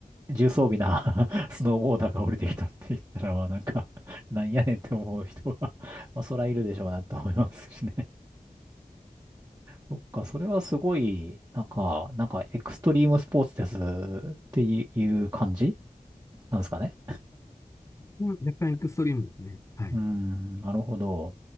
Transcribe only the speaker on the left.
うん若干エクストリームですね。はい。